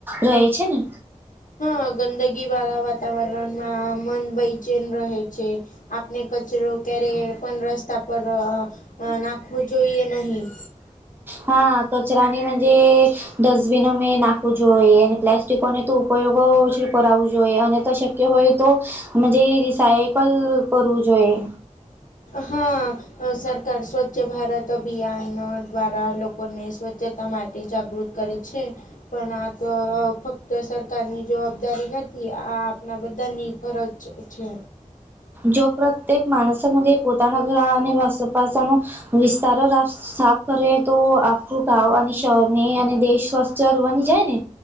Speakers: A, on the right (about 15°); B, on the left (about 80°).
A: રહે છે, ને
B: હા ગંદગી વાળા વાતાવરણમાં મન બયચેન રહે છે. આપને કચરો ક્યારેય પણ રસ્તા પર અ નાખવું જોઈએ નહીં
A: હા કચરાની મનજે ડસ્ટબિન મેં નાખવું જોઈએ અને પ્લાસ્ટિકોને તો ઉપયોગો જે કરાવવું જોઈએ અને તો શક્ય હોય તો મજે રિસાયકલ કરવું જોઈએ.
B: હા. અ સરકાર સ્વચ્છ ભારત અભિયા નો દ્વારા લોકોને સ્વચ્છતા માટે જાગૃત કરે છે, પણ આ તો ફક્ ત સરકારની જવાબદારી નથી આ આપણા બધાની ફરજ જ છે.
A: જો પ્રત્યેક માણસા મજે પોતાના ઘરા અને વાસપાસાનો વિસ્તાર રા સાફ કરે તો આ ખુ ગાવ અને શરને અને દેશ સ્વચર બની જાય ને